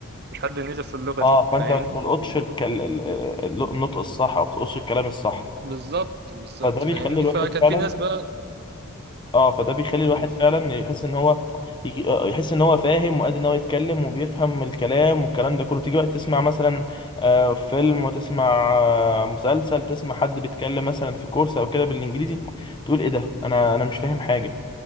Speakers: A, on the right; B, on the left.
A: مش حد نيتف في اللغة
B: اه
A: دي فاهمني
B: فانت ما تلقطش الكل... ال- ال- النطق الصح او ما تلقطش الكلام الصح
A: بالظبط بالظبط
B: فده
A: فاهمني
B: بيخلي الواحد
A: فكان
B: فعلا
A: في ناس بقى
B: اه فده بيخلي
A: مم،
B: الواحد فعلا يحس ان هو يجي... آه، يحس ان هو فاهم وقادر ان هو يتكلم وبيفهم الكلام والكلام ده كله تيجي بقى تسمع مثلا آه فيلم وتسمع آه مسلسل تسمع حد بيتكلم مثلا في كورس او كده بالانجليزي تقول ايه ده انا انا مش فاهم حاجه